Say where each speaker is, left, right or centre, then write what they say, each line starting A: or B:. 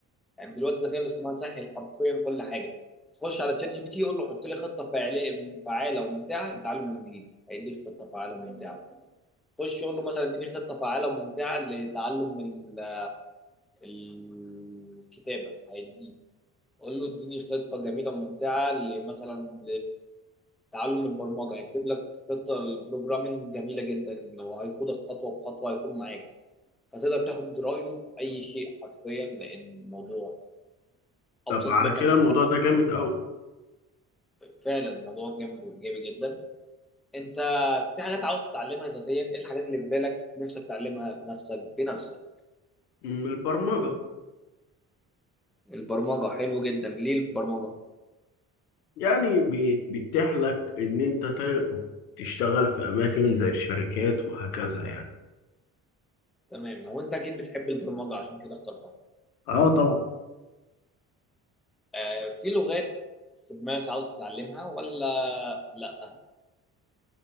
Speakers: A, in the centre; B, on the left.
A: يعني دلوقتي الذكاء الاصطناعي سهل حرفيا كل حاجه تخش على تشات جي بي تي قول له حط لي خطه فعاليه فعاله وممتعه لتعلم الانجليزي هيديك خطه فعاله وممتعه خش قول له مثلا اديني خطه فعاله وممتعه لتعلم ال- الكتابه هيديك قول له اديني خطه جميله وممتعه مثلا لتعلم البرمجه هيكتب لك خطه للبروجرامينج جميله جدا وهيقودك خطوه بخطوه هيكون معاك فتقدر تاخد رايه في اي شيء حرفيا لان الموضوع ابسط
B: طب على
A: مما
B: كده
A: تتخيل
B: الموضوع ده جامد قوي
A: فعلا الموضوع جامد وايجابي جدا انت في حاجات عاوز تتعلمها ذاتيا ايه الحاجات اللي في بالك نفسك تعلمها لنفسك بنفسك
B: من البرمجة
A: البرمجه حلو جدا ليه البرمجه
B: يعني بي- بيتيح لك إن أنت ت- تشتغل في أماكن زي الشركات وهكذا يعني
A: تمام وانت اكيد بتحب البرمجه عشان كده اخترتها
B: آه طبعا
A: آه، في لغات في دماغك عاوز تتعلمها ولا لا